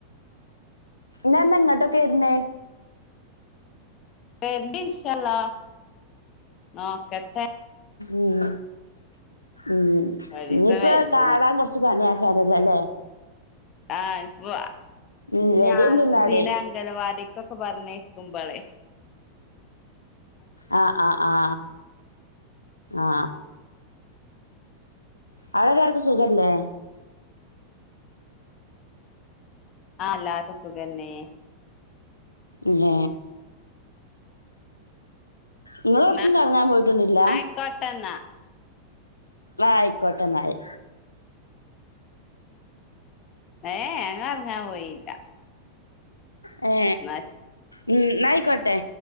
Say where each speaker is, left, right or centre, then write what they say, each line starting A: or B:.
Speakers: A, on the left (about 85°); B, on the left (about 35°).
A: ഞ് എന്നാ ഇങ്ങട്ടൊക്കെ വെര്ണേ
B: വെര്ണ്ട് ഇന്ഷാ അള്ളാഹ് നോക്കട്ടെ
A: ഉം ഉം
B: ഒരീസം
A: ഇഞ്ഞിപ്പം
B: വരണ്ട്
A: കാണാൻ കൊർച്ച് പണി ആണ് <unintelligible> ല്ലെ
B: ആ ഇപ്പൊ
A: ഉം വരില്ലേ
B: ഞാ <unintelligible>
A: എന്നാല്
B: അംഗലവാടി കൊക്കെ പറഞ്ഞേക്കുമ്പളെ
A: ആ ആ ആ ആ അവടെല്ലാർക്കും സുഖല്ലേ
B: ആ എല്ലാർക്കും സുഖന്നെ
A: ഏ ഇങ്ങളേട്ക്കും
B: ന്നാ
A: കറങ്ങാൻ പോയിട്ടൊന്നില്ല
B: ആയിക്കോട്ടെന്നാ
A: ആ അയ്ക്കോട്ടെ ന്നാല്
B: ഏ ഏ ങ്ങ കറങ്ങാൻ പോയില്ല
A: ഏ
B: ന്നാ ശ
A: ഉം ന്നായിക്കോട്ടെ